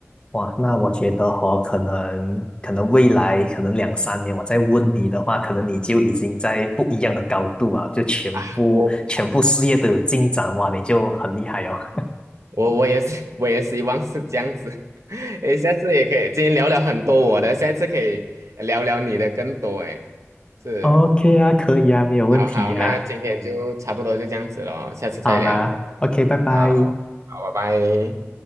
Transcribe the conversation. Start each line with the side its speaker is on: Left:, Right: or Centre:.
Left: 哇，那我觉得哦，可能可能未来可能两三年，我再问你的话，可能你就已经在不一样的高度啊，就全部全部事业都有进展哇，
Right: 啊。我
Left: 你就很厉害哦。<laughs>
Right: 我我也是，<laughs> 我也希望是这样子。<laughs> 诶，下次也可以，今天聊聊很多我的，下一次可以聊聊你的更多。诶，是，
Left: OK 啊，可以啊，没有问题呀、
Right: 好好，那今天就差不多就这样子了，下次再聊。
Left: 好啦，OK，拜拜。
Right: 好，好，拜拜。